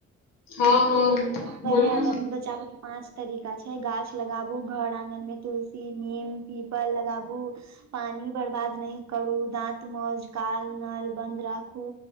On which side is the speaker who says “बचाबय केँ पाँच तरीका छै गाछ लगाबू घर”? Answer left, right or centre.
Right